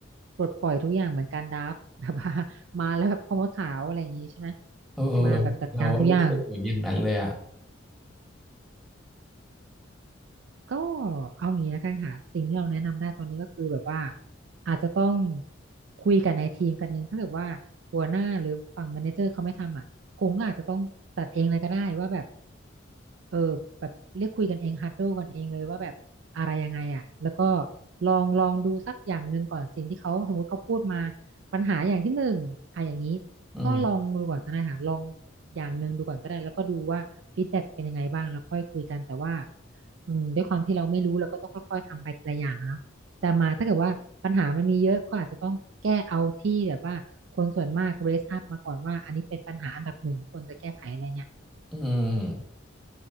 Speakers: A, on the right; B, in the centre.
A: ปลดปล่อยทุกอย่างเหมือนการดราฟต์ <laughs> แบบว่ามาแล้วแบบพ่อมดขาวอะไรอย่างงี้ใช่ไหม
B: เออ
A: มาแบบจัดการทุกอย่าง
B: เราก็รู้สึกเหมือนอย่างนั้นเลยอ่ะ
A: ก็เอางี้แล้วกันค่ะสิ่งที่เราแนะนำได้ตอนนี้ก็คือแบบว่าอาจจะต้องคุยกันในทีมกันเองถ้าเกิดว่าหัวหน้าหรือฝั่งแมเนเจอร์เขาไม่ทำอ่ะผมก็อาจจะต้องจัดเองเลยก็ได้ว่าแบบเออแบบเรียกคุยกันเองฮัดโดกันเองเลยว่าแบบอะไรยังไงอ่ะแล้วก็ลองลองดูสักอย่างหนึ่งก่อนสิ่งที่เขาสมมติเขาพูดมาปัญหาอย่างที่หนึ่งอะอย่างนี้
B: อืม
A: ก็ลองดูก่อนก็ได้ค่ะลองอย่างหนึ่งดูก่อนก็ได้แล้วก็ดูว่าฟีดแบ็กเป็นยังไงบ้างแล้วค่อยคุยกันแต่ว่า อืมด้วยความที่เราไม่รู้เราก็ต้องค่อยๆทำไปทีละอย่างอะเนาะแต่มาถ้าเกิดว่าปัญหามันมีเยอะก็อาจจะต้องแก้เอาที่แบบว่าคนส่วนมาก raise up มาก่อนว่าอันนี้เป็นปัญหาอันดับหนึ่งที่ควรจะแก้ไขอะไรเงี้ย
B: อืม